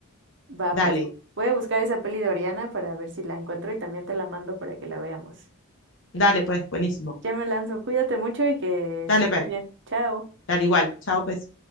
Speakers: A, on the right (about 55°); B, on the left (about 60°).
A: Va,
B: dale,
A: pues voy a buscar esa peli de Oriana para ver si la encuentro y también te la mando para que la veamos.
B: dale pues, buenísimo.
A: Ya me lanzo, cuídate mucho y que
B: Dale
A: estés
B: pues,
A: muy bien. Chao.
B: dale igual, chao pues.